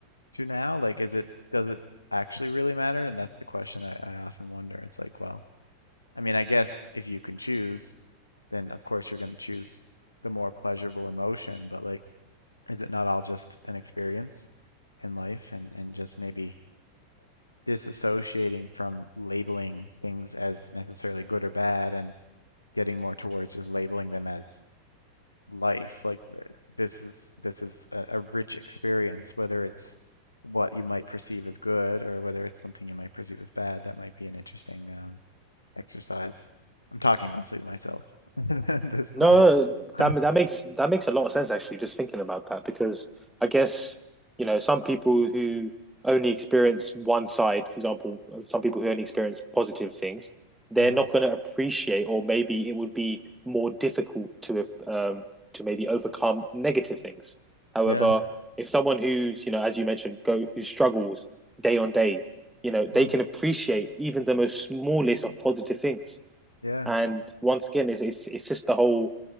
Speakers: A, on the left; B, in the centre.
A: to now? Like, is it, does it actually really matter? And that's the question I, I often wonder. It's like, well, I mean, I guess if you can choose, then of course you're going to choose the more pleasurable emotion, but like, is it not all just an experience in life and, and just maybe disassociating from labeling things as necessarily good or bad and getting more towards just labeling them as life. Like th- this is this is a, a rich experience, whether it's what you might perceive as good or whether it's something you might perceive as bad. That might be an interesting um, exercise. I'm talking mostly to myself <laughs> at this point.
B: No, that
A: But
B: that makes that makes a lot of sense actually, just thinking about that, because I guess, you know, some people who only experience one side, for example, some people who only experience positive things, they're
A: mhm,
B: not going to appreciate, or maybe it would be more difficult to um to maybe overcome negative things. However,
A: yeah,
B: if someone who's, you know, as you mentioned, go who struggles day on day, you know, they
A: mm,
B: can appreciate even the most smallest of positive things.
A: yeah,
B: And once again, it's it's, it's just the whole